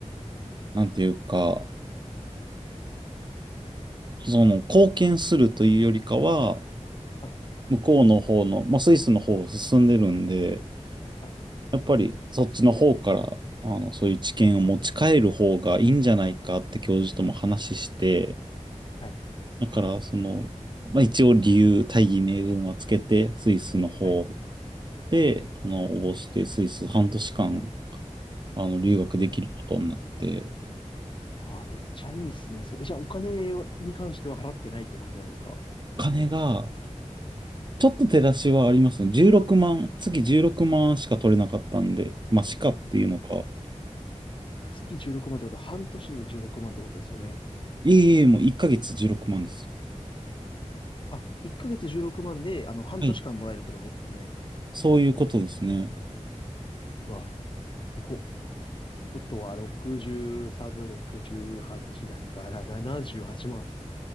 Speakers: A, on the left (about 40°); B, on the right (about 40°).
A: はい、
B: なんていうか、その、貢献するというよりかは、
A: はい、
B: 向こうの方の、まあ、スイスの方が進んでるんで、
A: はい、
B: やっぱりそっちの方から、あの、そういう知見を持ち帰る方がいいんじゃないかって教授とも話して、
A: はい、
B: だからその、まあ、一応理由、大義名分はつけて、スイスの方
A: はい。
B: で、あの、応募して、スイス半年間、あの、留学できることになって、
A: えー、あー、めっちゃいいですね。そえ、じゃあお金に関しては払ってないって感じなんですか
B: お金が、ちょっと手出しはありますね。16万、月16万しか取れなかったんで、まあ、しかっていうのか、
A: 月16万ってことは半年で16万ってことですよね。
B: いえいえ、もう1ヶ月16万です。
A: あ、1ヶ月16万で、あの、半年間もらえるってことですよね。
B: はいそういうことですね。
A: わあ、すごっ。ってことは、60サブ68だから78万。